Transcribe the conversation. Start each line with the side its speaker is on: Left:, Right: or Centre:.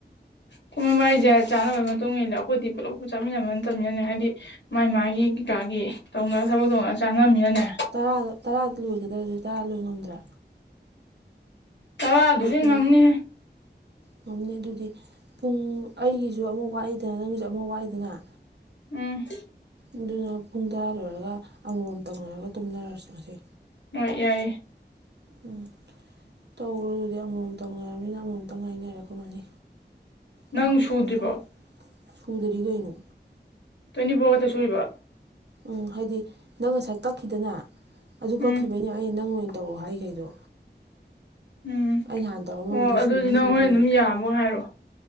Left: ꯀꯣꯟ ꯐꯦꯡꯕ ꯍꯥꯏꯁꯦ ꯆꯥꯅꯕꯒꯤ ꯃꯇꯨꯡ ꯏꯜꯂꯦ ꯑꯩꯈꯣꯏꯗꯤ ꯄꯨꯂꯞ ꯄꯨ ꯆꯥꯃꯤꯟꯅꯕ ꯅꯠꯇꯃꯤꯅꯅꯦ ꯍꯥꯏꯗꯤ ꯃꯥꯥꯏ ꯃꯥꯒꯤ ꯀꯩꯀꯥꯒꯤ ꯇꯧꯅꯔ ꯊꯕꯛ ꯇꯧꯅꯔ ꯆꯥꯟꯅꯃꯤꯅꯅꯦ
Right: ꯇꯔꯥꯗ ꯇꯔꯥꯗ ꯂꯣꯏꯒꯗ꯭ꯔꯗꯤ ꯇꯔꯥꯗ ꯂꯣꯏ ꯉꯝꯗ꯭ꯔꯦ
Left: ꯇꯔꯥꯗꯨꯗꯤ
Right: ꯑꯗꯨꯗꯤ ꯄꯨꯡ
Left: ꯉꯝꯅꯤꯍꯦ
Right: ꯉꯝꯅꯤ ꯑꯗꯨꯗꯤ ꯄꯨꯡ ꯑꯩꯒꯤꯁꯨ ꯑꯃ ꯋꯥꯠꯂꯤꯗꯅ ꯅꯪꯒꯤꯁꯨ ꯑꯃ ꯋꯥꯠꯂꯤꯗꯅ
Left: ꯎꯝ
Right: ꯑꯗꯨꯅ ꯄꯨꯡ ꯇꯔꯥ ꯂꯣꯏꯔꯒ ꯑꯃꯃꯝ ꯇꯧꯅꯔꯒ ꯇꯨꯝꯅꯔꯁꯦ ꯉꯁꯤ
Left: ꯍꯣꯏ ꯌꯥꯏꯌꯦ
Right: ꯎꯝ ꯇꯧꯔꯣꯗꯨꯗꯤ ꯑꯃꯃꯝ ꯇꯧꯅꯔꯕꯅꯤꯅ ꯑꯃꯃꯝꯇꯪ ꯉꯥꯏꯅꯔꯛꯈꯃꯅꯤ
Left: ꯅꯪ
Right: ꯎꯝ
Left: ꯁꯨꯗ꯭ꯔꯤꯕꯣ
Right: ꯊꯝꯃꯦ ꯁꯨꯗ꯭ꯔꯤ ꯀꯩꯅꯣ
Left: ꯇ꯭ꯋꯦꯟꯇꯤ ꯐꯣꯔ ꯈꯛꯇ ꯁꯨꯔꯤꯕꯣ
Right: ꯎꯝ ꯍꯥꯏꯗꯤ ꯅꯪ ꯉꯁꯥꯏ ꯀꯛꯈꯤꯗꯅ ꯑꯗꯨ
Left: ꯎꯝ
Right: ꯀꯛꯈꯤꯕꯩꯅꯦ ꯑꯩꯅ ꯅꯪ ꯑꯣꯏꯅ ꯇꯧꯔꯑꯣ ꯍꯥꯏꯈꯩꯗꯣ
Left: ꯎꯝ
Right: ꯑꯩ ꯍꯥꯟꯅ ꯇꯧꯔꯛꯑꯝꯃꯕꯨꯗꯤ
Left: ꯑꯣ ꯑꯗꯨꯗꯤ
Right: ꯁꯨꯕꯨꯗꯤ
Left: ꯅꯪ
Right: ꯁꯨꯗꯣꯏꯅꯦꯕ
Left: ꯍꯣꯔꯦꯟ ꯑꯗꯨꯝ ꯌꯥꯕꯒ ꯍꯥꯏꯔꯛꯑꯣ